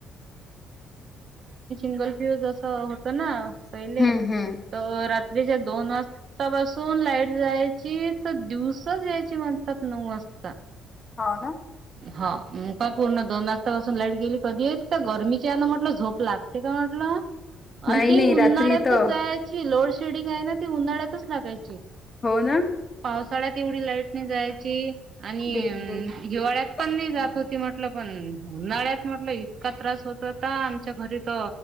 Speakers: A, on the right (about 50°); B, on the left (about 25°).
A: होत ना पहिले
B: हम्म हम्म
A: <unintelligible> दोन वाजतापासून लाईट जायची तर दिवसच यायची म्हणतात, नऊ वाजता- कत्ता-
B: हो -ना.
A: हा... का पूर्ण दोन वाजतापासून लाईट गेली कधी गर्मीच्या आहे ना म्हटलं झोप, लागते काय म्हटल आणि
B: नाही
A: ती
B: नाही
A: उन्हाळ्यातच
B: रात्री तर
A: जायची लो- शेडिंग आहे ना ती उन्हाळ्याच लागायची.
B: हो- ना.
A: पावसाळ्यात एवढी लाईट नाही जायची आणि
B: देतो मी दोन मिनिटं
A: हिवाळ्यात पण नाही जात
B: आहे.
A: होती म्हटलं- पण उन्हाळ्यात म्हटलं इतका त्रास होतता, आमच्या घरी त